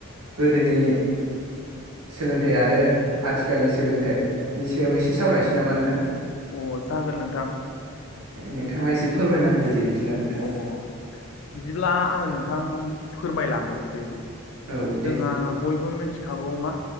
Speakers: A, on the right; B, on the left.
A: गोदोनि सोलोंथाइ आरो आथिखालनि सोलोंथाइनि सायाव एसे सावरायनोसै नामा नोंथां
B: अ जागोन नोंथां
A: नोंथाङा एसे फोरमायना होदो दे बिदिब्ला नोंथां
B: अ बिदिब्ला आङो नोंथां फोरमायलांनोसै
A: औ दे
B: जोंहा बयबो मिथि खागौ मा